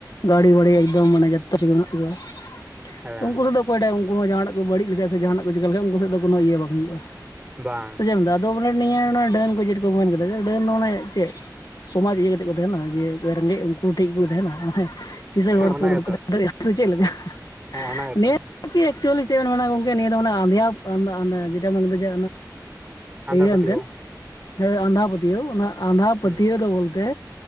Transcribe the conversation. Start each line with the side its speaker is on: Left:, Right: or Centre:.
Left: ᱜᱟᱹᱲᱤ ᱵᱟᱹᱲᱤ ᱮᱠᱫᱚᱢ ᱢᱟᱱᱮ ᱡᱚᱛᱚ ᱠᱤᱪᱷᱩ ᱢᱮᱱᱟᱜ ᱛᱟᱠᱚᱣᱟ ᱾
Right: ᱦᱮᱸ
Left: ᱛᱚ ᱩᱱᱠᱩ ᱥᱮᱫ ᱫᱚ ᱚᱠᱚᱭᱴᱟᱜ ᱩᱱᱠᱩ ᱦᱚᱸ ᱡᱟᱦᱟᱱᱟᱜ ᱠᱚ ᱵᱟᱹᱲᱤᱡ ᱞᱮᱠᱟᱱ ᱥᱮ ᱡᱟᱦᱟᱱᱟᱜ ᱠᱚ ᱪᱤᱠᱟ ᱞᱮᱠᱷᱟᱡ ᱩᱱᱠᱩ ᱥᱮᱫ ᱫᱚ ᱠᱚᱱᱳ ᱤᱭᱟᱹ ᱵᱟᱝ ᱦᱩᱭᱩᱜᱼᱟ ᱾
Right: ᱵᱟᱝ᱾
Left: ᱪᱮᱫ ᱮᱢ ᱟᱫᱚ ᱵᱚᱞᱮ ᱱᱤᱭᱟᱹ ᱰᱟᱹᱱ ᱠᱚ ᱪᱮᱫ ᱠᱚ ᱢᱮᱱ ᱠᱮᱫᱟ ᱰᱟᱹᱱ ᱫᱚ ᱢᱟᱱᱮ ᱪᱮᱫ ᱥᱚᱢᱟᱡᱽ ᱤᱭᱟᱹ ᱠᱟᱛᱮ ᱠᱚ ᱛᱟᱦᱮᱱᱟ ᱡᱮ ᱨᱮᱸᱜᱮᱡ ᱩᱱᱠᱩ ᱴᱷᱮᱱ ᱜᱮ ᱠᱚ ᱛᱟᱦᱮᱱᱟ ᱚᱱᱮ ᱠᱤᱥᱟᱹᱲ
Right: ᱦᱮᱸ
Left: ᱦᱚᱲ
Right: ᱚᱱᱟ
Left: ᱛᱩᱞᱩᱡ
Right: ᱜᱮᱛᱚ
Left: ᱵᱟᱠᱚ ᱥᱮ ᱪᱮᱫ ᱞᱮᱠᱟ?
Right: ᱦᱮᱸ
Left: <inaudible>
Right: ᱚᱱᱟ ᱜᱮᱛᱚ
Left: ᱟᱨᱠᱤ ᱮᱠᱪᱩᱭᱮᱞᱤ ᱪᱮᱫ ᱵᱮᱱ ᱢᱮᱱᱟ ᱜᱚᱢᱠᱮ ᱱᱤᱭᱟᱹ ᱫᱚ ᱟᱸᱫᱷᱟ ᱡᱮᱴᱟ ᱢᱟᱱᱮ ᱫᱚ ᱡᱮ
Right: ᱟᱸᱫᱷᱟ
Left: ᱤᱭᱟᱹ
Right: ᱯᱟᱹᱛᱭᱟᱹᱣ
Left: ᱮᱱᱛᱮᱫ ᱦᱮᱸ ᱟᱸᱫᱷᱟ ᱯᱟᱹᱛᱭᱟᱹᱣ ᱚᱱᱟ ᱟᱸᱫᱷᱟ
Right: ᱦᱩᱸ
Left: ᱯᱟᱹᱛᱭᱟᱹᱣ ᱫᱚ ᱵᱚᱞᱛᱮ